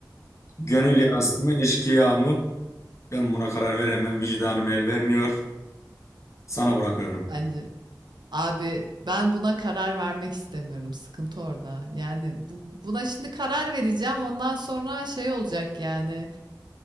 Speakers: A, on the left; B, on the right.
A: Gönül yarası mı, eşkıya mı? Ben buna karar veremem. Vicdanım el vermiyor. Sana bırakıyorum.
B: bence. Abi ben buna karar vermek istemiyorum. Sıkıntı orada. Yani bu, buna şimdi karar vereceğim. Ondan sonra şey olacak yani.